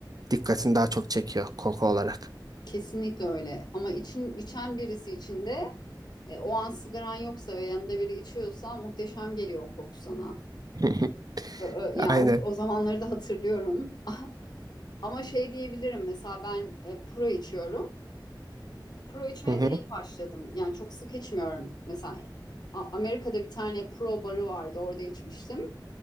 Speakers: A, on the right; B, on the left.
A: dikkatini daha çok çekiyor koku olarak.
B: Kesinlikle öyle. Ama için, içen birisi için de e, o an sigaran yoksa ve yanında biri içiyorsa muhteşem geliyor o koku sana.
A: <laughs>
B: Ö- ö- Ya
A: Aynen.
B: o, o zamanları da hatırlıyorum. <laughs> Ama şey diyebilirim mesela ben e, pro içiyorum. Pro içmeye
A: Hı hı.
B: de yeni başladım. Yani çok sık içmiyorum. Mesela A- Amerika'da bir tane pro barı vardı. Orada içmiştim.